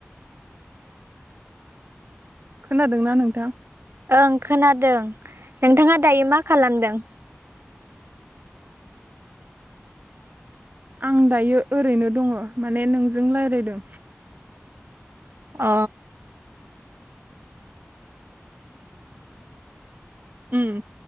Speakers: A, on the right (about 40°); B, on the right (about 55°).
A: खोनादोंना नोंथां?
B: ओं खोनादों नोंथाङा दायो मा खालामदों।
A: आं दायो ओरैनो दङ माने नोंजों रायलायदों।
B: अ
A: उम